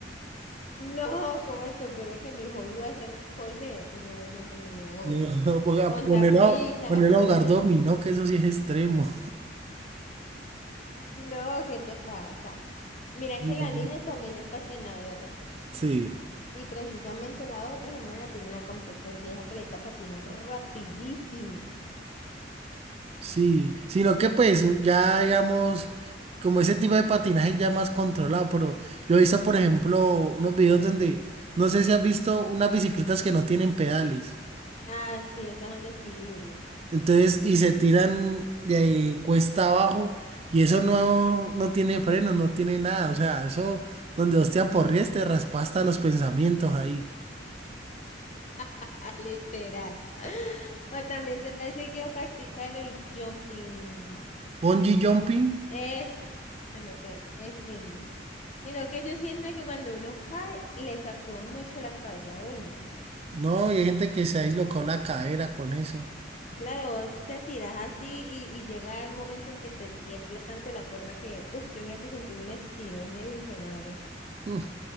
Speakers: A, on the left (about 40°); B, on the right (about 35°).
A: No, ¿cómo te ocurre que mi hobby va a ser coser? No, no, no, no.
B: No, <laughs> ponga-
A: Montar
B: ponelo,
A: ciclas.
B: ponelo a jugar
A: <laughs>
B: dominó, que eso sí es extremo.
A: No, ¿qué te pasa? Mira
B: No,
A: que la niña también es patinadora.
B: Sí,
A: Y precisamente la otra semana tiene una competencia y esa pelita patina rapidísimo.
B: sí, sino que pues ya digamos, como ese tipo de patinaje ya más controlado, pero yo he visto, por ejemplo, unos videos donde, no sé si has visto unas bicicletas que no tienen pedales,
A: Ah, sí, esas son de equilibrio.
B: entonces, y se tiran de ahí cuesta abajo, y eso no, no tiene freno, no tiene nada, o sea, eso donde hostia te aporrees, te raspa hasta los pensamientos ahí.
A: <laughs> Literal. O también sabes que quiero practicar el jumping.
B: Bungee jumping.
A: Es, se me fue, es mismo. Sino que yo siento que cuando uno cae, le sacudo mucho la cabeza a uno.
B: No, y hay gente que se dislocó la cadera con eso.
A: Claro, vos te tiras así y, y llega el momento en que te tiembla tanto la cuerda que, uff, yo creo que sentí un estirón y el hijo de madre.
B: Mm,